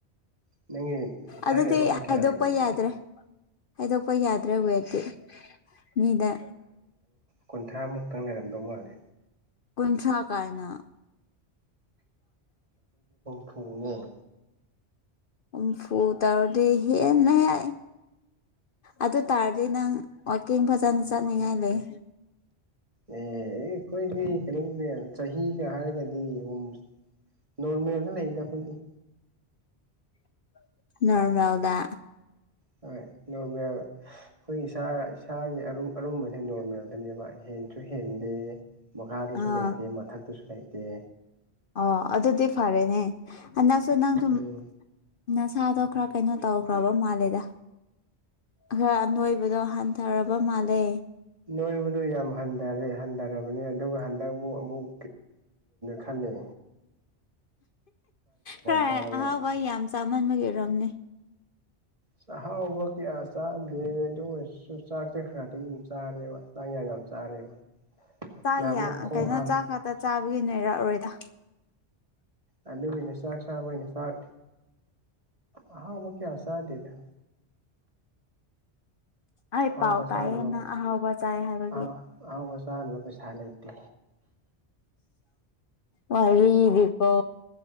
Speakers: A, on the right; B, on the left.
A: ꯅꯪꯒꯤ ꯏꯆꯥꯒꯤ
B: ꯑꯗꯨꯗꯤ
A: ꯑꯔꯨꯝꯕ ꯀꯌꯥ
B: ꯍꯥꯏꯗꯣꯛꯄ
A: ꯂꯩꯒꯦꯅꯦ
B: ꯌꯥꯗ꯭ꯔꯦ ꯍꯥꯏꯗꯣꯛꯄ ꯌꯥꯗ꯭ꯔꯦ ꯋꯦꯠꯇꯤ ꯃꯤꯗ
A: ꯀꯨꯟꯊ꯭ꯔꯥ ꯃꯨꯛꯇꯪ ꯂꯩꯔꯝꯗꯧ ꯃꯥꯜꯂꯦ
B: ꯀꯨꯟꯊ꯭ꯔꯥ ꯀꯥꯏꯅ
A: ꯈꯨꯝꯃꯨꯅꯦ
B: ꯍꯨꯝꯐꯨ ꯇꯧꯔꯗꯤ ꯍꯦꯟꯅ ꯌꯥꯏꯍꯦ ꯑꯗꯨ ꯇꯥꯔꯗꯤ ꯅꯪ ꯋꯀꯤꯡ ꯐꯖꯅ ꯆꯠꯅꯤꯡꯉꯥꯏ ꯂꯩ
A: ꯑꯦ ꯑꯩꯈꯣꯏꯗꯤ ꯀꯩꯅꯣꯒꯤꯗꯤ ꯆꯍꯤꯒ ꯍꯥꯏꯔꯒꯗꯤ ꯑꯍꯨꯝ ꯅꯣꯔꯃꯦꯜꯅ ꯂꯩꯗ ꯑꯩꯈꯣꯏꯗꯤ
B: ꯑꯟꯑꯣꯗꯤꯕꯜ ꯅꯣꯔꯃꯦꯜꯗꯥ
A: ꯍꯣꯏ ꯅꯣꯔꯃꯦꯜ ꯑꯩꯈꯣꯏꯒꯤ ꯏꯁꯥ ꯏꯁꯒꯤ ꯑꯔꯨꯝ ꯑꯔꯨꯝꯕꯁꯤ ꯅꯣꯔꯃꯦꯜꯗꯅꯦꯕ ꯍꯦꯟꯁꯨ ꯍꯦꯟꯗꯦ ꯃꯈꯥꯗꯁꯨ
B: ꯑꯥ
A: ꯂꯩꯇꯦ ꯃꯊꯛ ꯇꯁꯨ ꯂꯩꯥꯏꯇꯦ
B: ꯑꯣ ꯑꯗꯨꯗꯤ ꯐꯔꯦꯅꯦ ꯍ ꯅꯪꯁꯨ ꯅꯪ ꯁꯨꯝ
A: ꯎꯝ
B: ꯅꯁꯥꯗꯣ ꯈ꯭ꯔ ꯀꯩꯅꯣ ꯇꯧꯈ꯭ꯔꯕ ꯃꯥꯜꯂꯦꯗ ꯈꯔ ꯑꯅꯣꯏꯕꯗꯣ ꯍꯟꯊꯔꯕ ꯃꯥꯜꯂꯦ
A: ꯅꯣꯏꯕꯨꯗꯨ ꯌꯥꯝ ꯍꯟꯊꯔꯦ ꯍꯟꯊꯔꯕꯅꯤ ꯑꯗꯨꯒ ꯍꯟꯗꯛ ꯑꯃꯨꯛ ꯑꯃꯨꯛ ꯈꯜꯂꯤ
B: ꯈꯔ
A: ꯆꯥꯕꯒꯤ
B: ꯑꯍꯥꯎꯕ ꯌꯥꯝ ꯆꯥꯃꯟꯕꯒꯤ ꯑꯣꯏꯔꯣꯝꯅꯦ
A: ꯁꯍꯥꯕ ꯀ ꯌꯥ ꯑꯁꯥ ꯑ ꯑꯗꯨ ꯑꯣꯏꯔꯁꯨ ꯆꯥꯛꯁꯦ ꯈꯔ ꯑꯗꯨꯝ ꯆꯥꯔꯦꯕ ꯆꯥꯛ ꯌꯥꯝ ꯌꯥꯝ ꯆꯥꯔꯦꯕ
B: ꯆꯥ
A: ꯅꯍꯥꯟꯃꯨꯛ ꯈꯣꯡ
B: ꯀꯩꯅꯣ
A: ꯍꯥꯝ
B: ꯆꯥꯛ ꯈꯛꯇ ꯆꯥꯕꯒꯤ ꯅꯣꯏꯔꯛꯔꯣꯏꯗ
A: ꯑ ꯍꯅꯦ ꯆꯥꯛ ꯆꯥꯕꯅꯦ ꯆꯥꯛ ꯑ ꯃ ꯀ ꯁꯥꯗꯗ
B: ꯑꯩ
A: ꯑꯥꯎꯕꯁꯅꯤ
B: ꯄꯥꯎ ꯇꯥꯏꯌꯦ ꯅꯪ ꯑꯍꯥꯎꯕ ꯆꯥꯏ ꯍꯥꯏꯕꯒꯤ
A: ꯑ ꯑꯥꯎꯁ ꯆꯥꯅꯕ ꯄꯩꯁꯥ ꯂꯩꯇꯦ
B: ꯃꯍꯤꯗꯤꯄꯣ